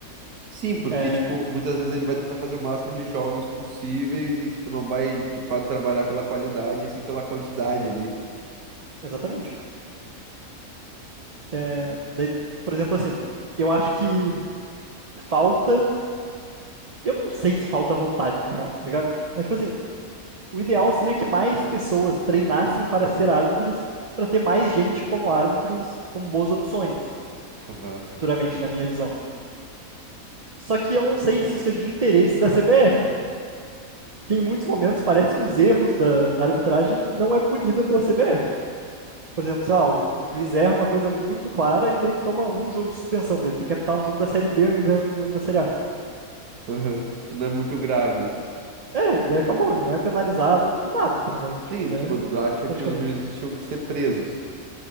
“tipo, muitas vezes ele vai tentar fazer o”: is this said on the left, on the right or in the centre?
Right